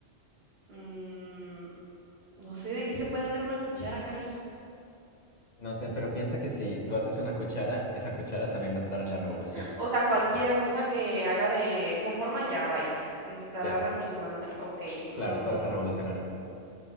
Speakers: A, on the right; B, on the left.
A: mm, no sé, ¿de qué se puede hacer una cuchara, Carlos?
B: No sé, pero piensa que si tú haces una cuchara, esa cuchara también va a entrar en la revolución.
A: O sea, cualquiera cosa que haga de esa forma, ya, vaya. Estará
B: Ya,
A: revolucionando también. Ok, mm,
B: claro, todas se revolucionaron.